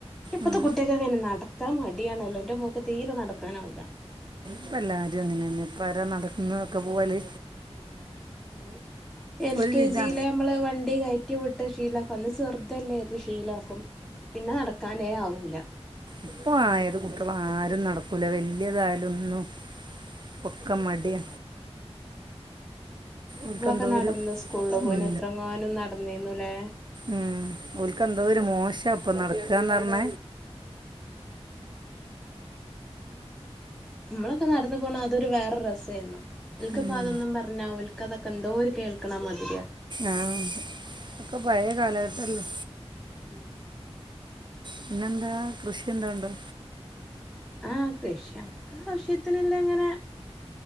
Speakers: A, in the centre; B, on the right (about 45°).
A: ഇപ്പത്തെ
B: ഉം
A: കുട്ടിയകൊക്കെ അയിന് നട ക്കാൻ മടിയാണല്ലോ എന്റെ മോക്ക് തീരെ നടക്കാനാവൂല
B: ഇപ്പ എല്ലാവരും അങ്ങനെയന്നെ ഇപ്പ ആരാ നടക്കുന്നൊക്കെ പോവല്
A: ഉം അത് എൽ
B: ഒരു
A: കെ
B: വിധാ
A: ജിയിലെ അമ്മള് വണ്ടി കയറ്റി വിട്ട ശീലം അപ്പ അത് ചെറതല്ലേ അത് ശീലാക്കും പിന്നെ നടക്കാനേ ആവൂല
B: ഇപ്പൊ ആയത് കുട്ടികള ആരും നടക്കൂല വല്യതായാലലൊന്നും ഒന്നും ഒക്ക മടിയ
A: നമ്മളൊക്കെ
B: ഓൽക്കെന്തോ
A: നടന്ന്
B: ഒരു
A: സ്കൂളില് പോയിന
B: ഉം
A: എത്രങ്ങാനും നടന്നീന്നുലേ
B: ഉം ഓല്ക്ക് എന്തോ ഒരു മോശം ചപ്പ നടക്കന്ന് പറഞ്ഞ
A: നമ്മളൊക്കെ നടന്ന് പോണ അതൊരു വേറെ രസമായിരുന്നു ഇവലക്ക്
B: ഉം
A: അതൊന്നും പറഞ്ഞ ഓല്ക്ക് ക്കതൊക്കെന്തോര് കേൾക്കണ മാതിരിയ
B: ആഹ ഒക്കെ പഴയ കാലഘട്ടല്ലേ
A: ഉം
B: പിന്നെന്താ കൃഷിയെന്താണ്ടോ
A: ആഹ കൃഷി നമ്മുക്ക് ആവശ്യത്തിനല്ലാം ഇങ്ങനെ